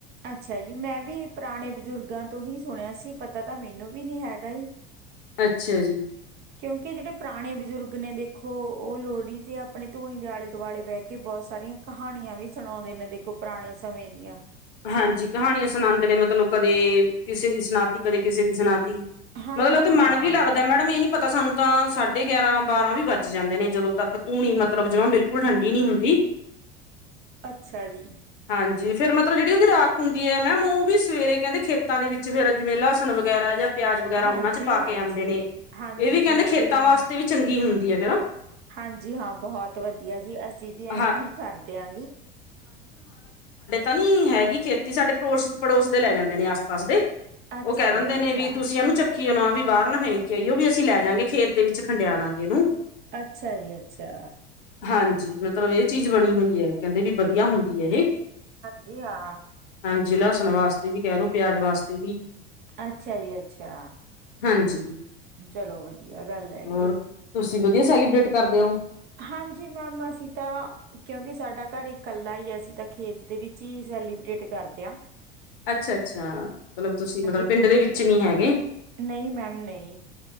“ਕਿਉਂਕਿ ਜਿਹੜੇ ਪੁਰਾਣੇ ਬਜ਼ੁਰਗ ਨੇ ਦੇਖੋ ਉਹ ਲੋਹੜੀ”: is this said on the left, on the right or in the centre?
Right